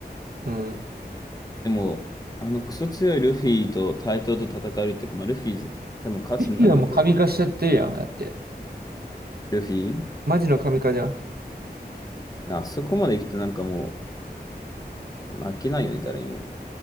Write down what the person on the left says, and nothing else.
でも、あのクソ強いルフィと対等と戦うっていうか、まあ、ルフィ多分勝つんだろうけど、
ルフィ、い
やあそこまで行くとなんかもう負けないよね、誰にも。